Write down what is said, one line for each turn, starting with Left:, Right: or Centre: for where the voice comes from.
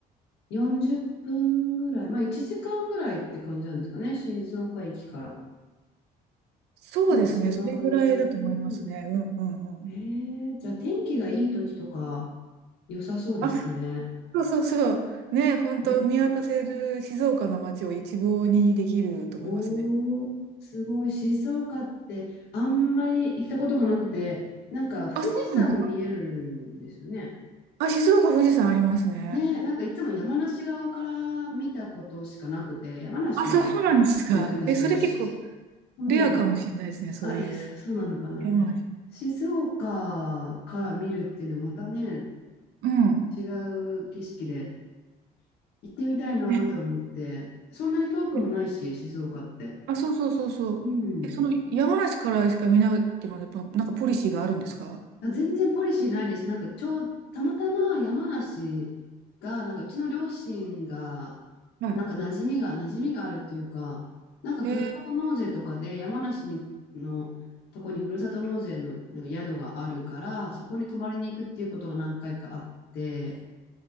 Left: 40分ぐらい、まあ1時間ぐらいって感じなんですかね。静岡駅から。
Right: そうですね、
Left: なんかそんな感じ。
Right: それぐらいだと思いますね。
Left: うん。
Right: うんうんうん。
Left: ええじゃあ天気がいい時とか良さそうですね。
Right: あ、そうそうそう。ね、本当見渡せる静岡の街を一望にできると思いますね。
Left: うん、おー、すごい。静岡ってあんまり行ったことがなくて、なんか富士山も見えるんですよね。
Right: あ、そうなんですか。あ、静岡、富士山ありますね。
Left: ね、なんかいつも山梨側から見たことしかなくて、山梨は結構行くんですけど、
Right: あ、そうなんですか。え、それ結構
Left: し、うん。
Right: レアかもしれないですね、そういう
Left: あ、え、そそうなのかな。
Right: 山梨。
Left: 静岡から見るっていうのはまたね、
Right: うん。
Left: 違う景色で。行ってみたいなとは思って、
Right: ね
Left: そんなに遠くもないし、
Right: え
Left: 静岡って。
Right: あ、そうそうそうそう。
Left: うん。
Right: え、その山梨からしか見ないっていうのは、やっぱなんかポリシーがあるんですか
Left: あ、全然ポリシーないです。なんか、ちょう、たまたま山梨が、なんか、うちの両親が、
Right: は
Left: なんか、馴染みが、馴染みがあるというか、なんか、
Right: い。
Left: ふるさと納税とかで、
Right: えー
Left: 山梨にのとこにふるさと納税のなんか宿があるから、そこに泊まりに行くっていうことが何回かあって、